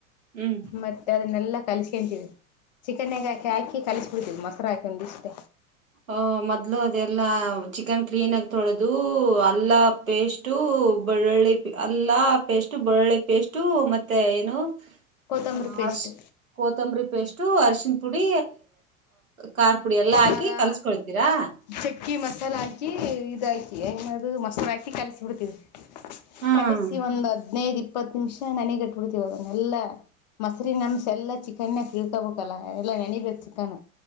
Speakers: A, on the right (about 75°); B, on the left (about 35°).
A: ಹ್ಮ್
B: ಮತ್ತೆ ಅದನ್ನೆಲ್ಲ ಕಲಸ್ಕೊಳ್ಂತೀವಿ ಚಿಕನ್ಗಾಕಿ ಹಾಕಿ ಕಲ್ಸ್ ಕು ತಿಲ್ ಮಸರ ಯಕೊಂಡ ದಿಸತ
A: ಆ ಮೊದ್ಲು ಅದೆಲ್ಲಾ ಚಿಕನ್ ಕ್ಲೀನ್ ಆಗ ತೊಳದು ಅಲ್ಲ ಪೇಸ್ಟು ಬೆಳ್ಳಳ್ಳಿ ಅಲ್ಲ ಪೇಸ್ಟ್ ಬೆಳ್ಳಳ್ಳಿ ಪೇಸ್ಟು ಮತ್ತೆ ಏನು
B: ಕೊತ್ತಂಬರಿ
A: ಹ
B: ಪೇಸ್ಟ್
A: ಅಷ್ಟ ಕೊತ್ತಂಬರಿ ಪೇಸ್ಟ್ ಟೂ ಅರಿಶನ್ ಪುಡಿ ಕಾರ್ ಪುಡಿ ಎಲ್ಲ
B: ಖಾರ
A: ಹಾಕಿ ಕಲ್ಸ್ಕೊಳ್ತೀರಾ
B: ಚಕ್ಕಿ ಮಸಾಲೆ ಹಾಕಿ ಇದ ಏನ ಅದು ಮೊಸರು ಹಾಕಿ ಕಲಸಬಿಡ್ತವಿ
A: ಹ್ಮ್
B: ಖಾಲ ಸಿ ಒಂದಂದುದ ಹದಿನೈದು ಇಪ್ಪತ್ತು ನಿಮಿಷ ನನೆಗಟ್ಬಿಡ್ತಿೀವ ಅದನ್ನೆಲ್ಲ ಮೊರಿನ ಅಂಷ ಎಲ್ಲ ಚಿಕನ್ನ ಕೀಳ್ಕೊಬೇಕಲ್ಲ ಎಲ್ಲ ನೆನಬೇಕು ಚಿಕನ್